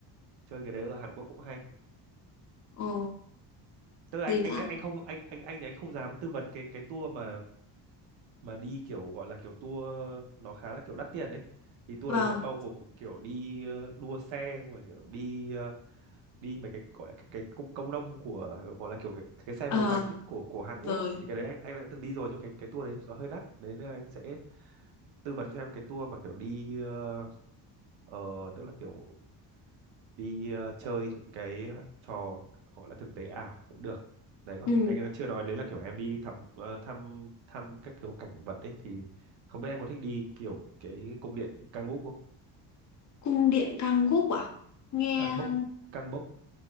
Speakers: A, on the right; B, on the left.
A: chơi cái đấy ở Hàn Quốc cũng hay
B: ồ
A: tức là
B: gì nữa
A: anh
B: ạ
A: anh anh không anh anh anh thì anh không dám tư vấn cái cái tour mà mà đi kiểu gọi là kiểu tour nó khá là kiểu đắt tiền đấy thì tour
B: vâng
A: đấy sẽ bao gồm kiểu đi ờ, đua xe xong rồi kiểu đi ờ, đi mấy cái gọi là cái, cái công công nông của gọi là kiểu cái, cái xe
B: ờ
A: bốn bánh ấy, của của Hàn
B: rồi
A: Quốc ấy thì cái đấy anh anh đã từng đi rồi nhưng mà cái cái tour đấy nó hơi đắt đấy nên anh sẽ tư vấn cho em cái tour mà kiểu đi ờ, Ờ, tức là kiểu đi ờ, chơi những cái ờ, trò gọi là thực tế ảo cũng được. Đấy còn
B: ừ.
A: anh ờ, chưa nói đến là kiểu em đi thăm ờ, thăm thăm các kiểu cảnh vật ấy thì không biết em có thích đi kiểu cái cung điện Cang Búc không?
B: cung điện Kangguk à nghe
A: Cang Bốc, Cang Bốc.